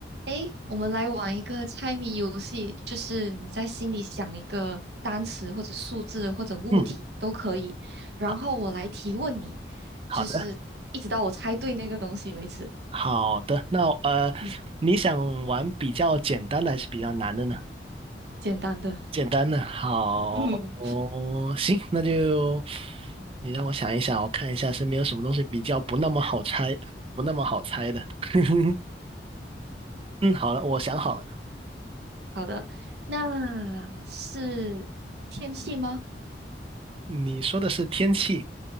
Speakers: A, on the right (about 70°); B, on the right (about 30°).
A: 诶，我们来玩一个猜谜游戏，就是你在心里想一个单词或者数字或者物体都可以，
B: 嗯，
A: 然后我来提问你，
B: 好，好的，
A: 就是一直到我猜对那个东西为止。
B: 好的。那呃，
A: 你
B: 你想玩比较简单的还是比较难的呢？
A: 简单的，
B: 简单的，好，
A: 嗯，
B: 哦，行，那就你让我想一想，我看一下身边有什么东西比较不那么好猜，不那么好猜的。<laughs> 嗯，好了，我想好了，
A: 好的，那是天气吗？
B: 你说的是天气，